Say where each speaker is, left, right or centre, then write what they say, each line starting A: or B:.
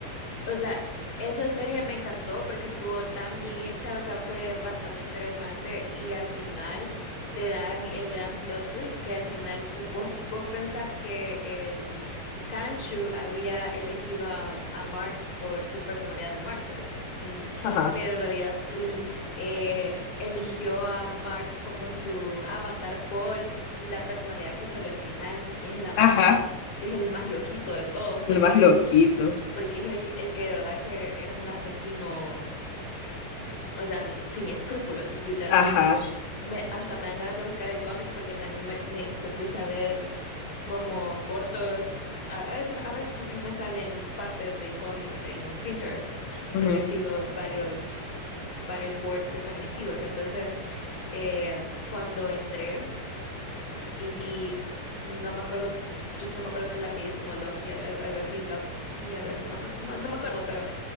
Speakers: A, on the left; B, on the left.
A: O sea, esa serie me encantó porque estuvo tan bien hecha, o sea, fue bastante interesante y al final te dan el gran plot twist que al final u- vos, vos pensás que el Kanshu había elegido a, a Mark por su personalidad de Mark, ¿verdad? Y
B: Ajá,
A: pero en realidad f- l- eh, eligió a Mark como su avatar por la personalidad que salió al final, que es la más,
B: ajá,
A: san- que es el más loquito de todos, porque
B: el más loquito,
A: porque es el, el que de verdad que es un asesino, o sea, n- sin escrúpulos, li- literalmente.
B: ajá,
A: Me, hasta me dan ganas de buscar el cómic porque también me, me, me puse a ver como cortos, a, a veces, a veces a mí me salen partes de cómics en Pinterest,
B: ujú,
A: porque sigo varios, varios boards que son bien chivos. Entonces, eh, cuando entré y vi, no me acuerdo, yo solo me acuerdo que el apellido es como Loki, al- al- algo así, Loki, algo así, no, no, no, no me acuerdo, pero